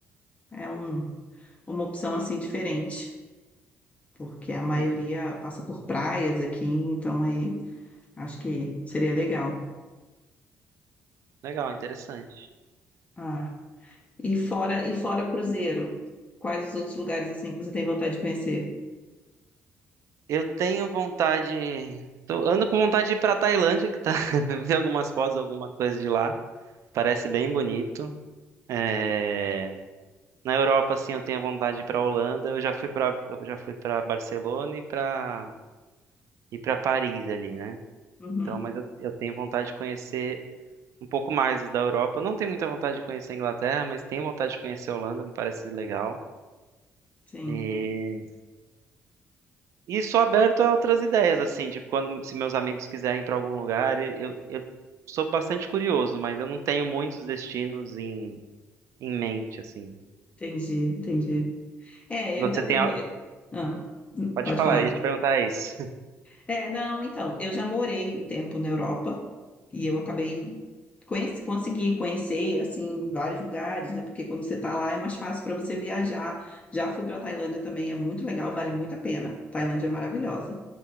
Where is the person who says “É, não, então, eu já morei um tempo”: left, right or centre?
Left